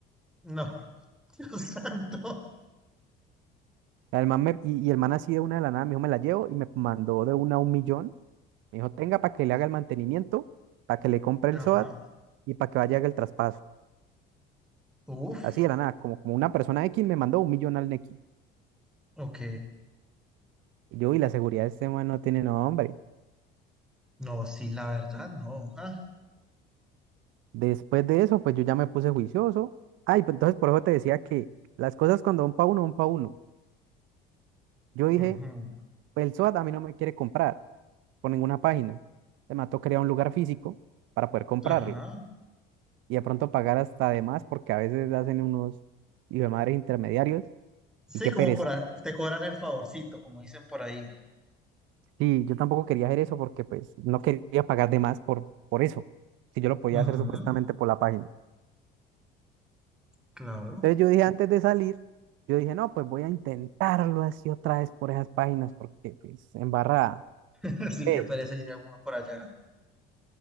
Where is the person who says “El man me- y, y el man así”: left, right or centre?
Right